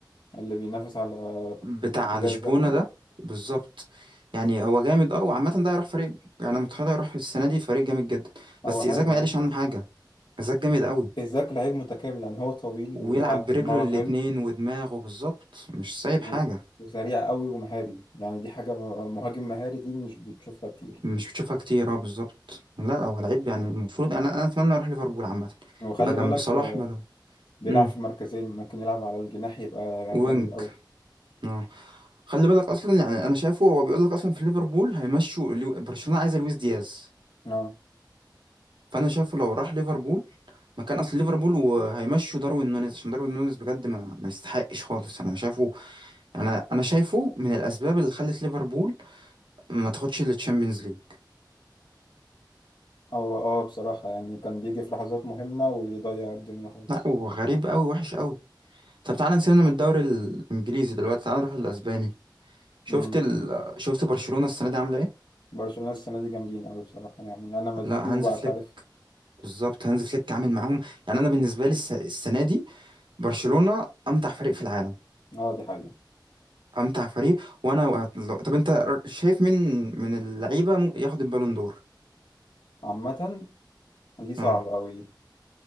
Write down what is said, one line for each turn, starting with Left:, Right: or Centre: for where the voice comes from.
Left: اللي بينافس على
Right: بتاع
Left: الحذاء
Right: لشبونة
Left: الذهبي
Right: ده بالظبط يعني هو جامد اه وعامة ده هيروح فريق يعني متخيل هيروح السنة دي فريق جامد جدا
Left: هو
Right: بس
Left: حلو
Right: ايزاك ما
Left: اه
Right: قالش عنه حاجة ايزاك جامد قوي
Left: ايزاك لعيب متكامل يعني هو طويل
Right: ويلعب
Left: وبيلعب
Right: برجله
Left: بدماغه
Right: الاتنين
Left: حلو
Right: ودماغه بالظبط مش سايب
Left: و...
Right: حاجة
Left: وسريع قوي ومهاري يعني دي حاجة م- مهاجم مهاري دي مش بتشوفها كتير
Right: مش بتشوفها كتير اه بالظبط لا هو لعيب يعني المفروض انا انا اتمنى يروح ليفربول عامة
Left: وخلي
Right: يبقى جنب
Left: بالك
Right: صلاح
Left: آه،
Right: بدل
Left: بيلعب
Right: امم
Left: في مركزين ممكن يلعب على الجناح يبقى
Right: وينج
Left: جامد قوي
Right: اه خلي بالك اصلا يعني انا شايفه هو بيقول لك اصلا في ليفربول هيمشوا ليو- برشلونة عايزه لويس دياز
Left: اه
Right: فانا شايفه لو راح ليفربول مكان اصل ليفربول وهيمشوا داروين نونيز عشان داروين نونيز بجد ما, ما يستحقش خالص انا شايفه انا انا شايفه من الاسباب اللي خلت ليفربول ما تاخدش التشامبيونز ليج
Left: هو اه بصراحة يعني كان بيجي في لحظات مهمة ويضيع الدنيا خالص
Right: لا وغريب قوي وحش قوي طب تعالى نسيبنا من الدوري الانجليزي دلوقتي تعالى نروح الاسباني شفت
Left: امم
Right: ال... شفت برشلونة السنة دي عاملة ايه
Left: برشلونة السنة دي جامدين قوي بصراحة يعني انا مدريدي
Right: لا
Left: وبعترف
Right: هانز فليك بالظبط هانز فليك عامل معاهم يعني انا بالنسبة لي الس... السنة دي برشلونة امتع فريق في العالم
Left: اه دي حقيقة
Right: امتع فريق وانا وهت- لو- طب انت شايف مين من اللعيبة ممكن ياخد البالون دور
Left: عامة دي صعبة
Right: اه
Left: أوي دي